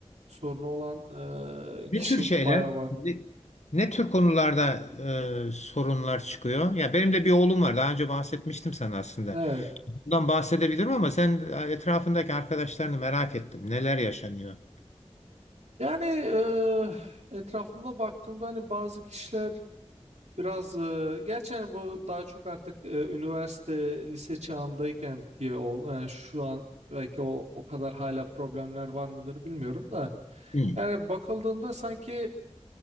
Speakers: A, on the right; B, on the left.
A: sorunu olan eee, kişi
B: Ne tür şeyler,
A: bayağı var.
B: ne, ne tür konularda e, sorunlar çıkıyor? Ya benim de bir oğlum var. Daha önce bahsetmiştim sana aslında.
A: Evet
B: Bundan bahsedebilirim ama sen e, etrafındaki arkadaşlarını merak ettim. Neler yaşanıyor?
A: yani eee, etrafımda baktığımda hani bazı kişiler biraz eee gerçi hani bu daha çok artık eee, üniversite lise çağındayken ki ol yani şu an belki o o kadar hala problemler var mıdır bilmiyorum da
B: Hmm.
A: yani bakıldığında sanki